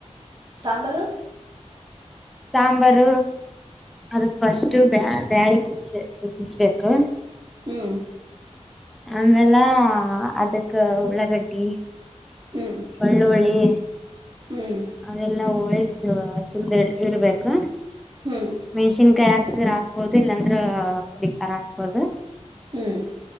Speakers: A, on the right; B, in the centre.
A: ಸಾಂಬಾರು
B: ಸಾಂಬಾರು, ಅದಕ್ ಫಷ್ಟು ಬ್ಯಾ ಬ್ಯಾಳಿ ಕುದ್ಸೆ ಕುದಸ್ಬೇಕು. ಕ.
A: ಹ್ಮ್
B: ಆಮೇಲ್ಲ ಅದಕ್ಕ ಉಳ್ಳಾಗಡ್ಡಿ
A: ಹ್ಮ್
B: ಬಳ್ಳುಳ್ಳಿ
A: ಹ್ಮ್
B: ಅದೆಲ್ಲಾ ಹೊ ರೈಸು ಸುಂದರ್ ಇಡ್ಬೇಕು
A: ಹ್ಮ್
B: ಮೆಣ್ಸಿನ್ ಕಾಯ್ ಹಾಕ್ತಿರಾ. ಹಾಕ್ಬೋದು ಇಲ್ಲಾಂದ್ರೆ ಪುಡಿ ಖಾರ ಹಾಕ್ಬೋದು.
A: ಹ್ಮ್